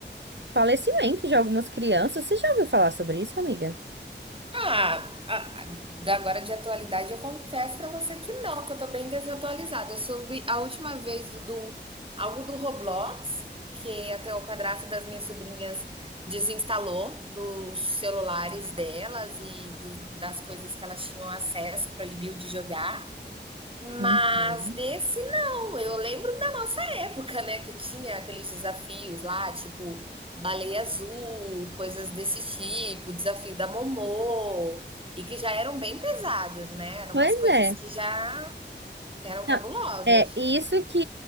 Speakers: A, on the right; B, on the right.
A: falecimento de algumas crianças. Você já ouviu falar sobre isso, amiga?
B: Ah, a- a- da- agora de atualidade eu confesso pra você que não, que eu tô bem desatualizada. Eu soube a última vez do, do- algo do Roblox, que até o padrasto das minhas sobrinhas desinstalou dos celulares delas e do- das coisas que elas tinham acesso, proibiu de jogar. Mas
A: Uhum.
B: desse não, eu lembro da nossa época, né, que tinha aqueles desafios lá, tipo baleia azul, coisas desse tipo, desafio da Momô, e que já eram bem pesados, né? Eram
A: Pois
B: umas coisas
A: é.
B: que já eram cabulosas.
A: Não, É isso que